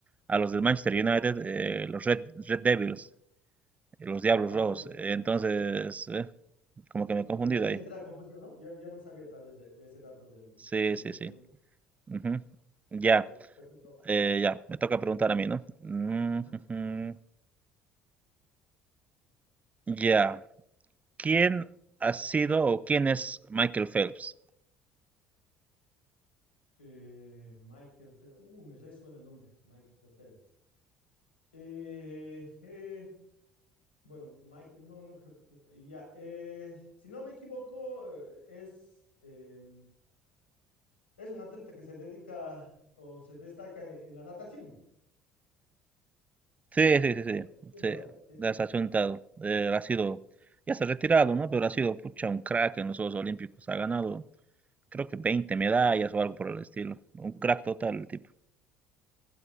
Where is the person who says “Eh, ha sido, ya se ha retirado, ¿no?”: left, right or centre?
Right